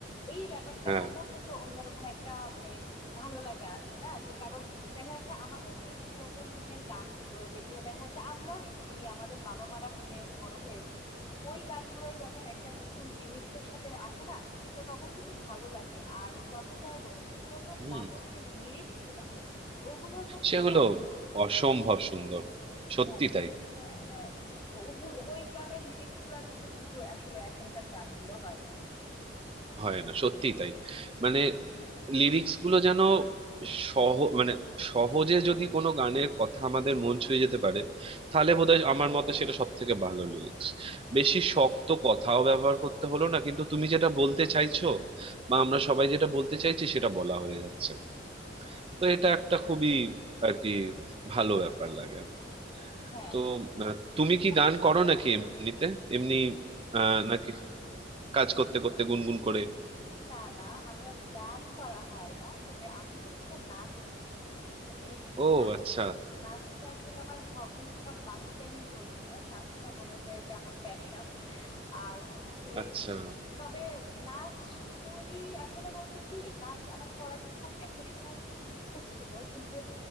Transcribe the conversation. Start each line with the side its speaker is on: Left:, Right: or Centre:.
Left: এই ব্যাপারটার
Right: হ্যাঁ
Left: মধ্যেও কিন্তু অন্যরকম একটা মানে উম ভালো লাগা আছে না যে কারণ দেখা যাচ্ছে আমাদের যে পুরাতন দিনের গানগুলো যেগুলো দেখা যাচ্ছে আমরাও শুনিনি আমাদের বাবা মারা শুনে বড় হয়েছে তো ওই গানগুলোই যখন একটা নতুন রিমিক্স এর সাথে আসে না তো তখন কিন্তু ভালো লাগে আর যত যাই বলো পুরাতন
Right: হুম
Left: গানের যে লিরিক্স গুলো ওগুলোর মতো
Right: সেগুলো
Left: কিন্তু আসলে
Right: অসম্ভব সুন্দর সত্যি
Left: হ্যাঁ
Right: তাই
Left: হ্যাঁ হ্যাঁ ওগুলো ওই গানের লিরিক্স গুলার মতো কিন্তু আসলে এখনকার গানগুলো হয় না
Right: হয় না সত্যিই তাই মানে লিরিক্স গুলো যেন সহ মানে সহজে যদি কোনো গানের কথা আমাদের মন ছুঁয়ে যেতে পারে তাহলে বোধহয় আমার মতে সেটা সব থেকে ভালো লিরিক্স বেশি শক্ত কথাও ব্যবহার করতে হলো না কিন্তু তুমি যেটা বলতে চাইছো বা আমরা সবাই যেটা বলতে চাইছি সেটা বলা হয়ে যাচ্ছে তো এটা একটা খুবই আর কি ভালো ব্যাপার লাগে আমার
Left: হ্যাঁ
Right: তো
Left: হ্যাঁ
Right: আহ, তুমি কি
Left: গা-
Right: গান করো নাকি এমনিতে এমনি আহ নাকি কাজ করতে করতে গুনগুন করে
Left: না না আমি আর গান করা হয় না তবে আমি হচ্ছে নাচ করি হ্যাঁ তবে
Right: ও
Left: নাচ
Right: আচ্ছা
Left: নাচটা আসলে আমার হবিস বা পাস টাইম বলবো না নাচটা বলা যায় যে আমার প্যাশন আর হচ্ছে
Right: আচ্ছা
Left: তবে নাচ করি আসলে বলতে কি নাচ আমার করার খুব একটা সময় খুব ইচ্ছে ছিল কিন্তু